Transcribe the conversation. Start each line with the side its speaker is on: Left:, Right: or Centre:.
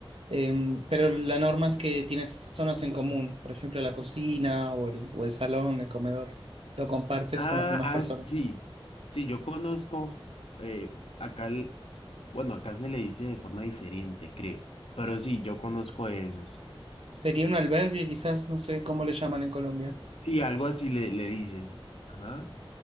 Right: Em, pero la norma es que tienes zonas en común, por ejemplo, la cocina o el, o el salón, el comedor. Lo compartes
Left: Ah,
Right: con las demás
Left: ah,
Right: personas.
Left: sí. Sí, yo conozco eh, acá, el- bueno, acá se le dice de forma diferente, creo. Pero sí, yo conozco esos.
Right: Sería un albergue, quizás, no sé cómo le llaman en Colombia.
Left: Sí, algo así le, le dicen. Ajá.